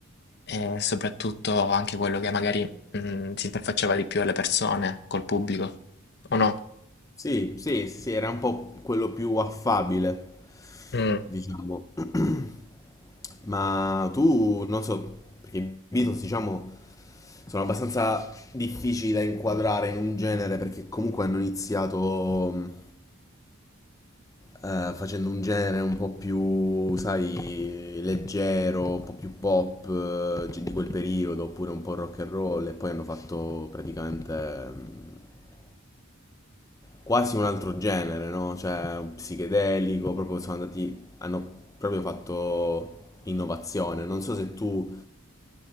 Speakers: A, on the left (about 55°); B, on the left (about 15°).
A: e soprattutto anche quello che magari mm, si interfacciava di più alle persone, col pubblico, o no?
B: Sì, sì, sì, era un po' quello più affabile,
A: Mm.
B: diciamo. <clears throat> Ma tu, non so, perché i Beatles, diciamo... sono abbastanza difficili da inquadrare in un genere perché comunque hanno iniziato mh, eh, facendo un genere un po' più, sai, leggero, un po' più pop eh, di quel periodo, oppure un po' rock and roll e poi hanno fatto praticamente mh, quasi un altro genere, no? Cioè, un psichedelico, proprio sono andati, hanno proprio fatto innovazione. Non so se tu,